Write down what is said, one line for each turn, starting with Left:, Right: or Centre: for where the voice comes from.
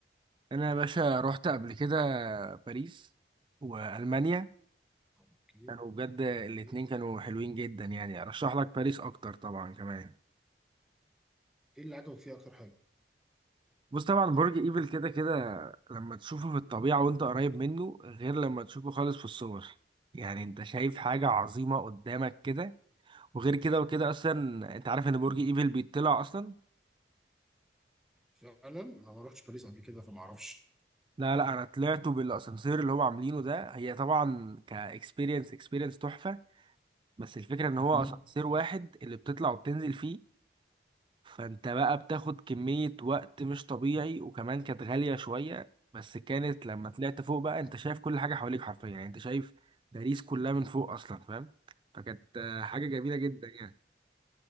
Right: انا يا باشا رحت قبل كده باريس والمانيا
Centre: اوكي
Right: كانوا بجد الاتنين
Centre: اوكي
Right: كانوا حلوين جدا يعني ارشح لك باريس اكتر طبعا كمان
Centre: ايه اللي عجبك فيها اكتر حاجه
Right: بص طبعا برج ايفل كده كده لما تشوفه في الطبيعة وانت قريب منه غير لما تشوفه خالص في الصور يعني انت شايف حاجة عظيمة قدامك كده وغير كده وكده اصلا انت عارف ان برج ايفل بيطلع اصلا
Centre: فعلا انا ما رحتش باريس قبل كده فما اعرفش
Right: لا لا انا طلعته بالاسانسير اللي هو عاملينه ده هي طبعا كاكسبيرينس اكسبيرينس تحفة بس الفكرة ان هو
Centre: مم.
Right: اسانسير واحد اللي بتطلع وبتنزل فيه فانت بقى بتاخد كمية وقت مش طبيعي وكمان كانت غالية شوية بس كانت لما طلعت فوق بقى انت شايف كل حاجة حواليك حرفيا يعني انت شايف باريس كلها من فوق اصلا فاهم فكانت آه، حاجة جميلة جدا يعني